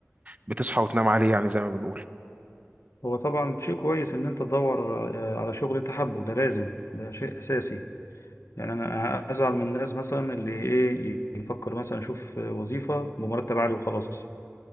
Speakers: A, on the right; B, on the left.
A: بتصحى وتنام عليه يعني زي ما بنقول
B: هو طبعا شيء كويس ان انت تدور آه، على شغل انت حابه ده لازم ده شيء اساسي يعني انا ازعل من الناس مثلا اللي ايه يفكر مثلا اشوف وظيفة بمرتب عالي وخلاص